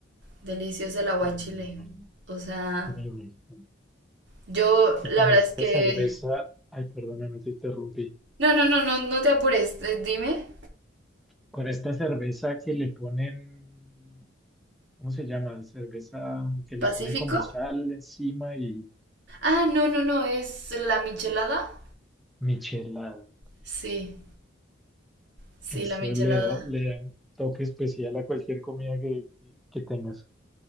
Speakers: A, on the right; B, in the centre.
A: deliciosa el aguachile.
B: Sí, me imagino.
A: O sea,
B: me imagino.
A: yo
B: Y
A: la
B: con
A: verdad
B: esta
A: es que...
B: cerveza, ay, perdóname, te interrumpí.
A: No, no, no, no, no te apures, eh, dime,
B: Con esta cerveza que le ponen ¿cómo se llama? Cerveza que le
A: ¿Pacífico?
B: ponen como sal encima y
A: Ah, no, no, no, es la michelada.
B: michelada.
A: Sí, sí,
B: Eso
A: la michelada.
B: le da, le da un toque especial a cualquier comida que, que tengas.